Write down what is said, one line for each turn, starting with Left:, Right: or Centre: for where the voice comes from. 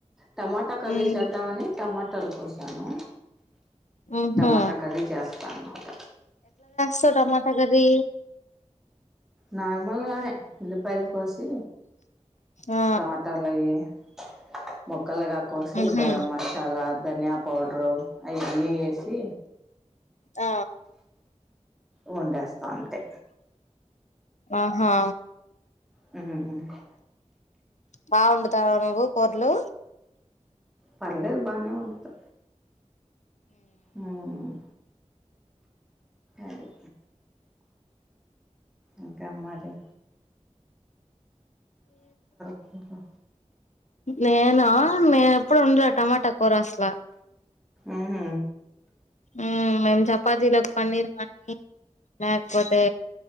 Centre: టమాటా కర్రీ
Left: ఉమ్
Centre: చేద్దామని టమాటాలు కోశాను
Left: ఉహు
Centre: టమాటా కర్రీ జాస్తానమాట
Left: సో టమాటకర్రీ
Centre: నార్మల్గానే ఉల్లిపాయలు కోసి
Left: ఆ
Centre: టమాటాలు అవి ముక్ ముక్కలుగా కోసి
Left: ఉహు
Centre: గరం మసాల ధన్యాపొ పౌడరు అయన్నీ వేసి
Left: ఆ
Centre: వండేస్తా అంతే
Left: ఆహా
Centre: మ్మ్హ్హ్
Left: బావండుతవా నువ్వు కూరలు
Centre: పర్లేదు బానే వండుతా మ్మ్ అది ఇంకా మాది కూర
Left: నేనా నేను ఎప్పుడు వండలే టమాటా కూర అసలా
Centre: అవుహ
Left: ఉమ్ మేమ్ చపాతీలో పన్నీర్ కానీ లేకపోతే